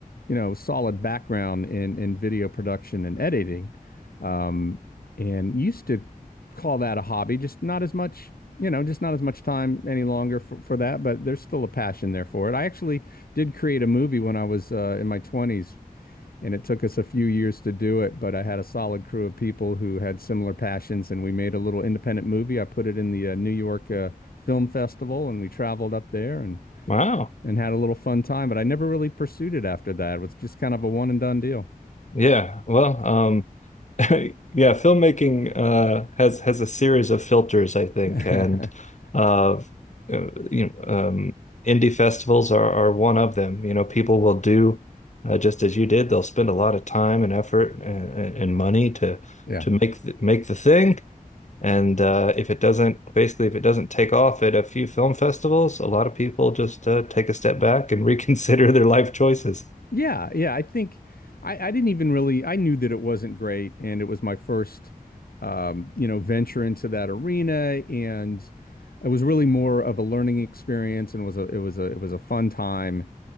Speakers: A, on the left; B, on the left.
A: you know, solid background in in video production and editing. Um, and used to call that a hobby, just not as much, you know, just not as much time any longer for, for that, but there's still a passion there for it. I actually did create a movie when I was uh, in my 20s and it took us a few years to do it, but I had a solid crew of people who had similar passions, and we made a little independent movie. I put it in the uh, New York uh, Film Festival, and we traveled up there and
B: Wow.
A: and had a little fun time. But I never really pursued it after that. It was just kind of a one and done deal.
B: Yeah. Well, um, <laughs> yeah, filmmaking uh has has a series of filters, I think,
A: <laughs>
B: and uh, uh you know, um indie festivals are are one of them. You know, people will do uh, just as you did. They'll spend a lot of time and effort and, and, and money to
A: Yeah.
B: to make th make the thing. And uh if it doesn't basically if it doesn't take off at a few film festivals, a lot of people just uh, take a step back and <laughs> reconsider their life choices.
A: Yeah, yeah. I think I, I didn't even really I knew that it wasn't great and it was my first um, you know, venture into that arena and it was really more of a learning experience and was a it was a it was a fun time